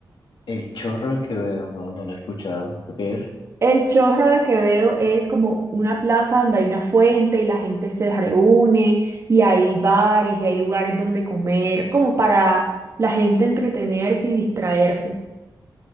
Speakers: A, on the left; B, on the right.
A: El Chorro que veo, no, no lo he escuchado, ¿lo qué es?
B: El Chorro de Quevedo es como una plaza donde hay una fuente y la gente se reúne y hay bares y hay lugares donde comer, como para la gente entretenerse y distraerse.